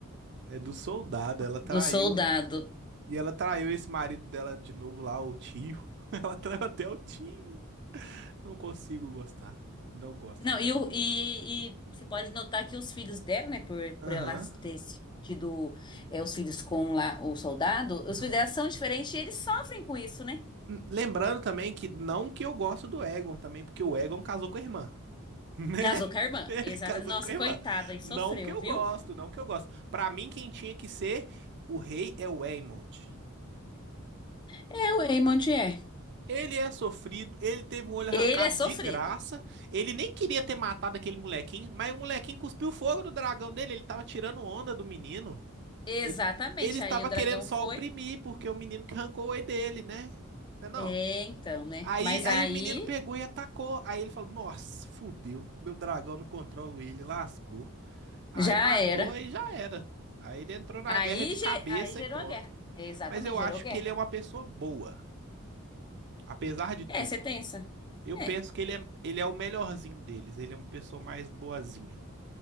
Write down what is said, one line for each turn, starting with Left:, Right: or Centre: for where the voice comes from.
Right: É do soldado. Ela traiu.
Left: do soldado.
Right: E ela traiu esse marido dela de novo lá, o tio. <laughs> Ela traiu até o tio. Não consigo gostar. Não gosto
Left: Não,
Right: dela.
Left: e, o- e, e você pode notar que os filhos dela, né, por, por
Right: Aham.
Left: ela ter tido é, os filhos com lá o soldado,
Right: aham.
Left: os filhos dela são diferentes e eles sofrem com isso, né?
Right: N- Lembrando também que não que eu gosto do Egon também, porque o Egon casou com a irmã, <laughs> né?
Left: Casou com a irmã.
Right: Ele
Left: Exa
Right: casou
Left: Nossa,
Right: com a
Left: e
Right: irmã.
Left: coitada, e sofreu,
Right: Não que eu
Left: viu?
Right: gosto, não que eu gosto. Pra mim, quem tinha que ser o rei é o Aemond.
Left: É, o Eamon de é.
Right: Ele é sofrido, ele teve um olho
Left: Ele
Right: arrancado
Left: é sofrido.
Right: de graça. Ele nem queria ter matado aquele molequinho, mas o molequinho cuspiu fogo do dragão dele. Ele tava tirando onda do menino.
Left: Exatamente.
Right: Ele, ele estava
Left: Aí o dragão
Right: querendo só
Left: foi.
Right: oprimir, porque o menino que arrancou o olho dele, né? Não é não?
Left: É, então, né?
Right: Aí,
Left: Mas
Right: aí
Left: aí
Right: o menino pegou e atacou. Aí ele falou: Nossa, fudeu. Meu dragão não controla ele, lascou. Aí
Left: já
Right: matou
Left: era.
Right: e já era. Aí ele entrou na
Left: Aí,
Right: guerra de
Left: ge-
Right: cabeça
Left: aí gerou
Right: e pronto.
Left: a guerra. É, exatamente,
Right: Mas eu
Left: gerou
Right: acho
Left: guerra.
Right: que ele é uma pessoa boa, apesar de tudo.
Left: É, você tem essa?
Right: Eu penso
Left: É,
Right: que ele é, ele é o melhorzinho deles. Ele é uma pessoa mais boazinha.